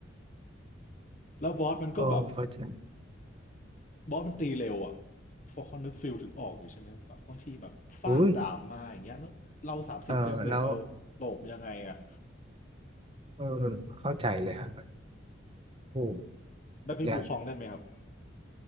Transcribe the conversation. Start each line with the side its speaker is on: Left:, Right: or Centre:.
Left: แล้วบอสมันก็แบบ
Right: โอ้พระเจ้า
Left: บอสมันตีเร็วอะพอเขานึกฟิลถึงออกอยู่ใช่ไหมแบบบางทีแบบฟาดดาบมาอย่างเงี้ยแล้วเราสามสิบเฟรมเรทเราหลบยังไงอะ
Right: อุ้ยเออแล้วเออเข้าใจเลยครับโอ้
Left: แบดมินภูคลองเล่นไหมครับ
Right: ผมอยาก